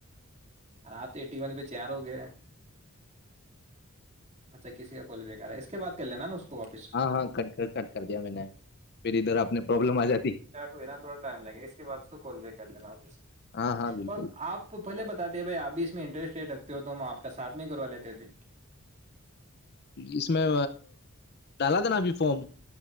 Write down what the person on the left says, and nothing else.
ہاں ہاں کٹ کر کٹ کر دیا میں نے پھر ادھر اپنے پرابلم آ جاتی
ہاں ہاں بالکل
اس میں ڈالا تھا نا ابھی فارم